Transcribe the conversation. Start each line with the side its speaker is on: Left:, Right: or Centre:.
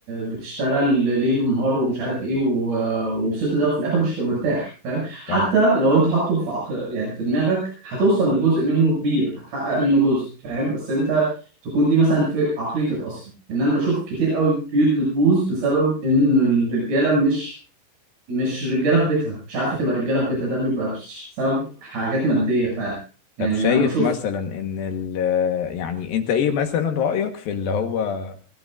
Right: بتشتغل ليل ونهار ومش عارف ايه و... ووصلت ده وفي الاخر مش هتبقى مرتاح فاهم حتى
Left: صح
Right: لو انت حاطه في عق... يعني في دماغك هتوصل لجزء منه كبير هتحقق منه جزء فاهم بس انت تكون دي مثلا في عقليتك اصلا لان انا بشوف كتير قوي بيوت بتبوظ بسبب ان الرجاله مش مش رجاله في بيتها مش عارفه تبقى رجاله في بيتها ده بيبقى بسبب حاجات ماديه فعلا يعني
Left: طب شايف
Right: انا بشوف
Left: مثلا ان ال يعني انت ايه مثلا رأيك في اللي هو